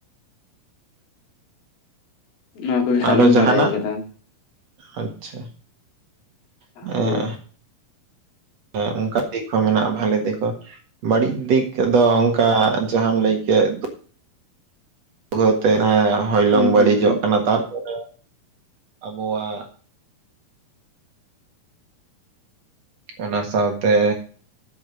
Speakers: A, on the left; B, on the right.
A: ᱱᱚᱣᱟ ᱠᱚᱜᱮ ᱦᱟᱸᱜ
B: ᱟᱨᱦᱚ
A: ᱞᱤᱧ
B: ᱡᱟᱦᱱᱟᱜ
A: ᱵᱟᱰᱟᱭ ᱠᱟᱫᱟ
B: ᱟᱪᱪᱷᱟ <unintelligible>
A: ᱦᱳᱭ
B: ᱦᱮᱸ ᱚᱱᱠᱟ ᱫᱤᱠ ᱦᱚᱸ ᱢᱮᱱᱟᱜᱼᱟ ᱵᱷᱟᱞᱮ ᱫᱤᱠ ᱦᱚᱸ ᱵᱟᱹᱲᱤᱡ ᱫᱤᱠ ᱫᱚ ᱚᱱᱠᱟ ᱡᱟᱦᱟᱸᱢ ᱞᱟᱹᱭ ᱠᱮᱫ ᱵᱚ ᱛᱮ ᱨᱮ ᱦᱚᱭᱞᱚᱝ
A: ᱦᱩᱸ
B: ᱵᱟᱹᱲᱤᱡᱚᱜ
A: ᱦᱩᱸ ᱦᱩᱸ
B: ᱠᱟᱱᱟ, ᱛᱟᱨᱯᱚᱨᱮ ᱟᱵᱚᱣᱟᱜ ᱚᱱᱟ ᱥᱟᱶ ᱛᱮ